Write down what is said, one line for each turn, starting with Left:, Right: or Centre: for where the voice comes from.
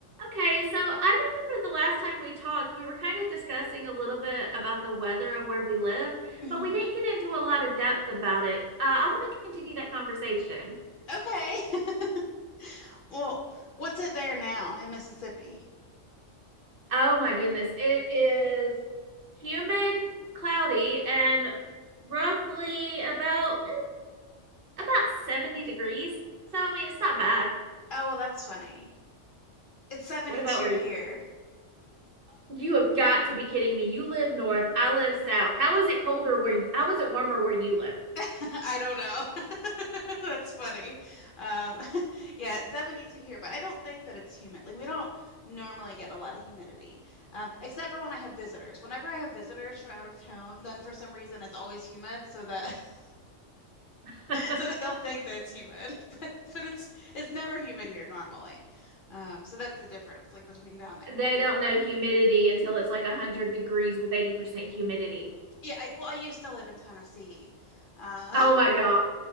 Right: Okay, so I remember the last time we talked, we were kind of discussing a little bit about the weather of where we live,
Left: hmm
Right: but we didn't get into a lot of depth about it. Uh, I want to continue that conversation.
Left: Okay. <laughs> Well, what's it there now in Mississippi?
Right: Oh my goodness, it is humid, cloudy, and roughly about eh, about 70 degrees. So I mean, it's not bad.
Left: Oh, well, that's funny. It's 72
Right: What about where you?
Left: here.
Right: You have got to be kidding me. You live north, I live south. How is it colder where you, how is it warmer where you live?
Left: <laughs> I don't know. <laughs> That's funny. Um, <laughs> yeah, it's 72 here, but I don't think that it's humid. Like, we don't normally get a lot of humidity, um, except for when I have visitors. Whenever I have visitors from out of town, then for some reason it's always humid, so that <laughs>
Right: <laughs>
Left: so that they'll think that it's humid. <laughs> But but it's it's never humid here normally. Um, so that's the difference, like between down there
Right: they
Left: and
Right: don't know humidity until it's like 100 degrees with 80% humidity.
Left: Yeah, I, well, I used to live in Tennessee. Uh,
Right: Oh my God.